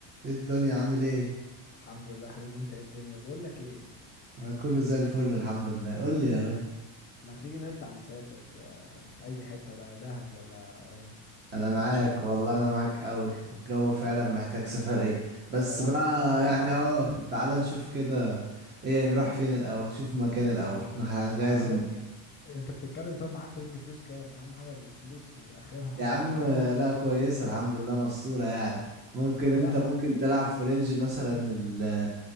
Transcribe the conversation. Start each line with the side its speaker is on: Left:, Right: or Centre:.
Right: ايه الدنيا عامل ايه
Left: الحمد لله يا حبيبي انت ايه الدنيا بقول لك ايه
Right: انا كله زي الفل الحمد لله قول لي يا ريس
Left: ما ما تيجي نطلع نسافر آه، في اي حتة بقى دهب ولا
Right: انا معاك
Left: ولا شرم
Right: والله انا معاك قوي الجو فعلا محتاج سفر ايه بس
Left: الصراحة
Right: بقى
Left: الجو صعب
Right: يعني اه تعالى نشوف كده ايه نروح فين الاول شوف المكان الاول نخ- نجهز
Left: طب
Right: المكان
Left: انت بتتكلم طب معاك رينج فلوس كام اهم حاجة الفلوس اخرها معانا
Right: يا عم
Left: كام طب
Right: لا كويسه الحمد لله مستورة يعني ممكن
Left: طب
Right: انت
Left: لا
Right: ممكن تلعب في رينج مثلا ال-